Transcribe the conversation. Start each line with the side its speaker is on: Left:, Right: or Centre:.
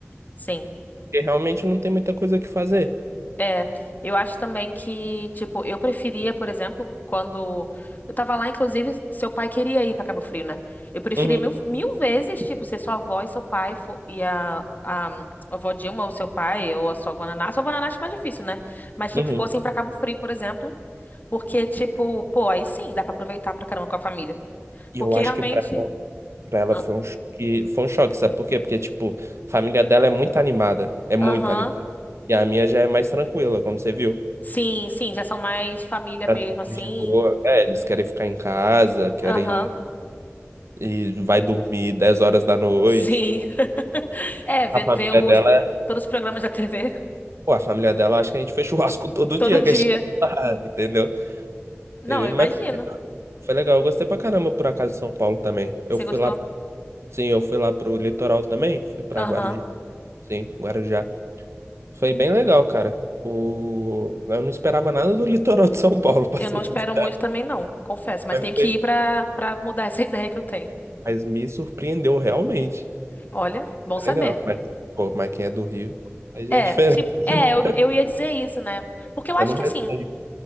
Left: Sim.
Right: Porque realmente não tem muita coisa que fazer.
Left: É, eu acho também que, tipo, eu preferia, por exemplo, quando eu tava lá, inclusive, seu pai queria ir pra Cabo Frio, né? Eu preferia
Right: Uhum,
Left: mil, mil vezes, tipo, ser sua avó e seu pai fo- e a, a, a avó Dilma ou seu pai ou a sua avó Naná. A sua avó Naná acho mais difícil, né? Mas, tipo,
Right: uhum.
Left: fossem pra Cabo Frio, por exemplo, porque, tipo, pô, aí sim dá pra aproveitar pra caramba com a família.
Right: E
Left: Porque
Right: eu acho
Left: realmente.
Right: que pra, pra ela
Left: ah,
Right: foi um choque, foi um choque, sabe por quê? Porque, tipo, a família dela é muito animada, é muito
Left: Aham.
Right: animada. E a minha já é mais tranquila, como você viu.
Left: Sim, sim, já são mais família
Right: Tá
Left: mesmo,
Right: sendo
Left: assim.
Right: mais de boa. É, eles querem ficar em casa, querem
Left: Aham.
Right: e vai dormir dez horas da noite.
Left: Sim. <laughs> É, ver,
Right: A família
Left: ver os,
Right: dela
Left: pro-
Right: é.
Left: todos os programas da TV,
Right: Pô, a família dela, acho que a gente fez <laughs> churrasco todo
Left: <laughs> todo
Right: dia
Left: dia.
Right: que a gente tava lá, <laughs> entendeu?
Left: Não,
Right: E-
Left: eu
Right: mas
Left: imagino.
Right: foi foi legal, eu gostei pra caramba por acaso de São Paulo também. Eu
Left: Você
Right: fui
Left: gostou?
Right: lá, sim, eu fui lá pro litoral também, fui pra
Left: Aham.
Right: Guarujá, sim, Guarujá. Foi bem legal, cara. O... Eu não esperava nada do <laughs> litoral de São Paulo, <laughs> pra
Left: Eu
Right: ser
Left: não espero
Right: sincero,
Left: muito também, não, confesso. Mas
Right: mas
Left: tenho que
Right: foi-
Left: ir pra, pra mudar essa <laughs> ideia que eu tenho.
Right: mas me surpreendeu realmente.
Left: Olha, bom saber.
Right: Legal, mas, pô, mas quem é do Rio, aí já
Left: É,
Right: é diferente,
Left: tipo,
Right: <laughs>
Left: é, eu,
Right: né?
Left: eu ia dizer isso, né? Porque eu
Right: Você
Left: acho
Right: não
Left: que
Right: vai
Left: assim,
Right: sair.